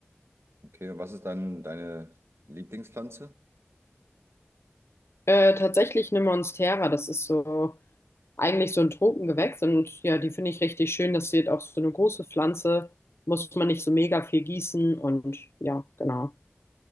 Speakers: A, on the right; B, on the left.
A: Okay, und was ist dann deine Lieblingspflanze?
B: Äh, tatsächlich eine Monstera, das ist so. eigentlich so ein Tropengewächs und ja, die finde ich richtig schön. Das wird auch so eine große Pflanze, muss man nicht so mega viel gießen und ja, genau.